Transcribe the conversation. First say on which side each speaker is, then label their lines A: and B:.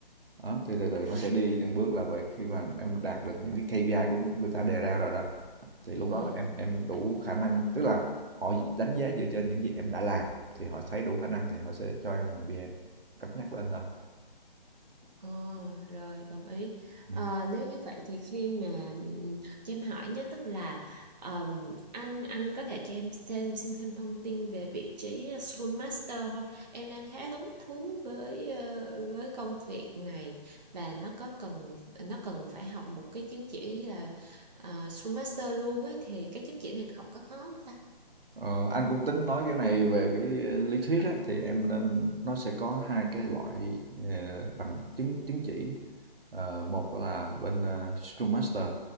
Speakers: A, on the right; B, on the right.
A: đó thì từ từ nó sẽ đi từng bước là vậy khi mà em đạt được những cái KPI của người ta đề ra rồi đó thì lúc
B: ừ
A: đó là em em đủ khả năng tức là họ đánh giá dựa trên những gì em đã làm thì họ thấy đủ khả năng thì họ sẽ cho em làm BM cất nhắc lên hả
B: ờ, rồi đồng ý
A: Ừ.
B: Ờ, nếu như vậy thì khi mà ừm, cho em hỏi nhé tức là ờm, anh anh có thể cho em thêm xin thêm thông tin về vị trí ờ, Scrum Master không em đang khá hứng thú với ờ, với công việc này và nó có cần nó cần phải học một cái chứng chỉ là ờ, Scrum Master luôn ấy thì cái chứng chỉ này học có khó không ta
A: Ờ, anh cũng tính nói cái này về cái lý thuyết á, thì em nên nó sẽ có hai cái loại ờ, bằng chứng chứng chỉ Ờ, một là bên ờ, Scrum Master